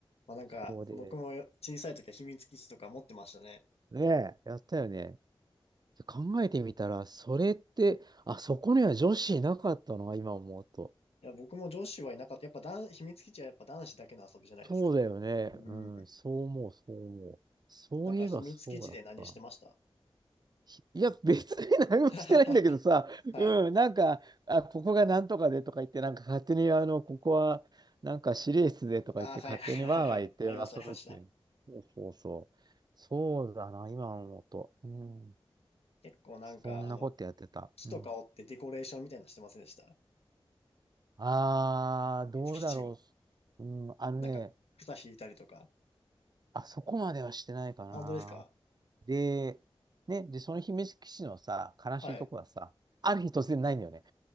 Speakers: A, on the left (about 90°); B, on the right (about 45°).
A: まあなんか、
B: そうで、
A: 僕もよ小さい時は秘密基地とか持ってましたね。
B: ねえ、やったよね。で考えてみたら、それって、あ、そこには女子いなかったのが今思うと。
A: いや、僕も上司はいなかった。やっぱ男、秘密基地はやっぱ男子だけの遊びじゃないですか。
B: そうだよね。
A: うん。
B: うん、そう思う、そう思う。そういえばそうだった。
A: なんか秘密基地で何してました
B: ひいや、別に何もしてないんだけどさ、
A: <laughs> はい。
B: うん、なんか、あ、ここがなんとかでとか言って、なんか勝手に、あの、ここは、なんか指令室でとか言って、
A: ああ、はいはいはいはい。
B: 勝手にわーわー言って遊ぶっていう。
A: ありました、ありました。
B: そうそうそう。そうだな、今思うと。うん。
A: 結構なんか、
B: そんなことやってた。
A: あの、木とか折ってデコレーションみたいなのしてませんでした
B: うん。ああ、
A: 秘密地を。
B: どうだろう。うん、あのね、
A: なんか、草引いたりとか。
B: あそこまではしてないかな。
A: あ、本当ですか
B: で、ね、で、その秘密基地のさ、悲しいとこはさ、
A: はい。
B: ある日突然ないんだよね。